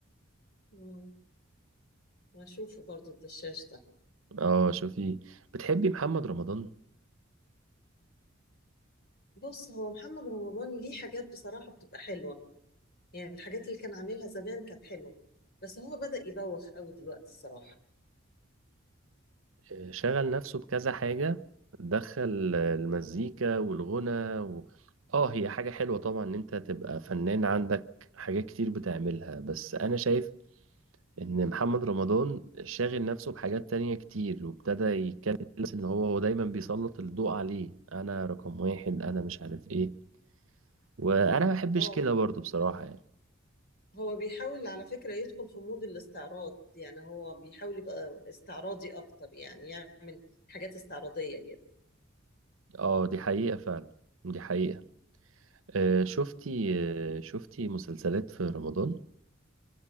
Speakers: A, on the left; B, on the right.
A: مم، واشوفه برضه الدشاش ده
B: اه شوفي بتحبي محمد رمضان
A: بص هو محمد رمضان ليه حاجات بصراحة بتبقى حلوة يعني الحاجات اللي كان عاملها زمان كانت حلوة بس هو بدأ يبوخ قوي دلوقتي الصراحة
B: آه، شغل نفسه بكذا حاجة دخل المزيكا والغنى و... اه هي حاجة حلوة طبعا ان انت تبقى فنان عندك حاجات كتير بتعملها بس انا شايف ان محمد رمضان شاغل نفسه بحاجات تانية كتير وابتدى يتكلم بس ان هو هو دايما بيسلط الضوء عليه انا رقم واحد انا مش عارف ايه وانا ما بحبش
A: اه
B: كده برضو بصراحة يعني
A: هو بيحاول على فكرة يدخل في مود الاستعراض يعني هو بيحاول يبقى استعراضي أكتر يعني يعمل حاجات استعراضية كده
B: اه دي حقيقة فعلا دي حقيقة آه شفتي آه شفتي مسلسلات في رمضان